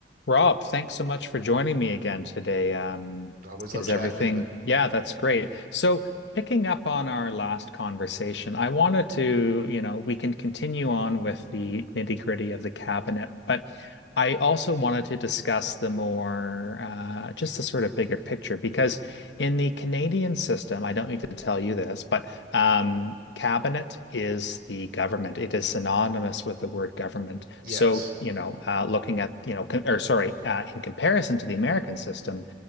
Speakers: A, on the left (about 75°); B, on the right (about 55°).
A: Rob, thanks so much for joining me again today. Um,
B: I always
A: is
B: love chatting,
A: everything?
B: David.
A: Yeah, that's great. So, picking up on our last conversation, I wanted to, you know, we can continue on with the nitty-gritty of the cabinet, but I also wanted to discuss the more, uh, just the sort of bigger picture, because in the Canadian system, I don't need to tell you this, but um, cabinet is the government. It is synonymous with the word government.
B: Yes.
A: So, you know, uh, looking at, you know, com- or sorry, uh, in comparison to the American system,